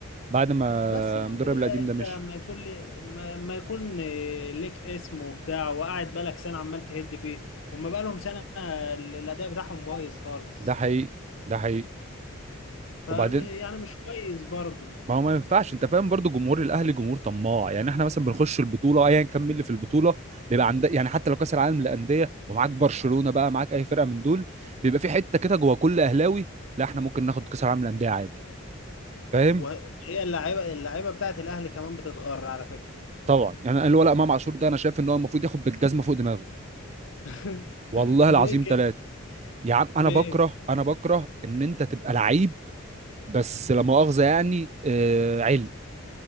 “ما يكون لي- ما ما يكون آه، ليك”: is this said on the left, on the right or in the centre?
Left